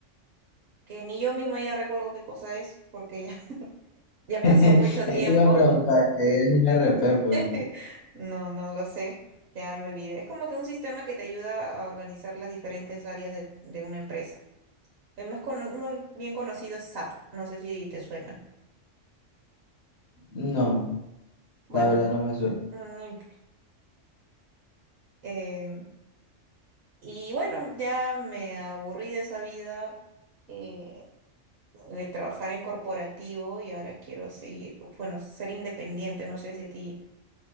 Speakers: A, on the right; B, on the left.
A: que ni yo misma ya recuerdo qué cosa es, porque ya Ya
B: <laughs>
A: pasó mucho tiempo.
B: Eso iba a preguntar, ¿qué es un RP? Porque
A: <laughs> No, no lo sé. Ya me olvidé. Es como que un sistema que te ayuda a organizar las diferentes áreas de, de una empresa. El más cono- uno bien conocido es SAP. No sé si te suena.
B: no,
A: Bueno,
B: la verdad no me suena.
A: no imp- em, y bueno, ya me aburrí de esa vida eh, de trabajar en corporativo y ahora quiero seguir, bueno, ser independiente. No sé si a ti.